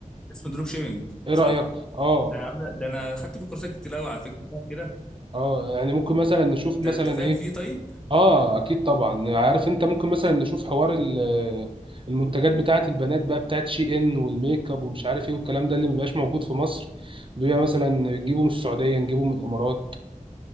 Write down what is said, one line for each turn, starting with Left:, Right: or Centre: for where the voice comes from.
Centre: اسمه دروب شيبنج
Right: ايه
Centre: صح؟
Right: رأيك اه
Centre: ده يا عم لا، ده انا خدت في كورسات كتير قوي على فكره بتاع كده
Right: اه يعني ممكن مثلا نشوف
Centre: انت
Right: مثلا
Centre: انت فاهم
Right: ايه
Centre: فيه طيب
Right: اه اكيد طبعا عارف انت ممكن مثلا نشوف حوار ال- المنتجات بتاعت البنات بقى بتاعت شي ان والميك اب ومش عارف ايه والكلام ده اللي مبقاش موجود في مصر بيبقى مثلا نجيبه من السعوديه نجيبه من الامارات